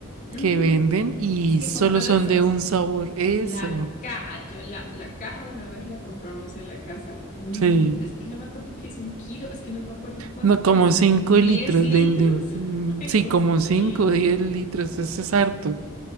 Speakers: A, on the left; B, on the right.
A: Ujú.
B: que venden y
A: Es que
B: solo
A: compro de
B: son
A: esos.
B: de un sabor. Eso.
A: La caja, yo, la, la caja una vez la compramos en la casa, un
B: Sí.
A: litro, es que no me acuerdo qué es un kilo, es que no me acuerdo cuánto
B: No, como
A: es,
B: 5
A: 10
B: litros
A: litros,
B: venden. Mm,
A: <laughs> eso,
B: Sí, como
A: 5
B: 5
A: litros.
B: o 10 litros. Eso es harto.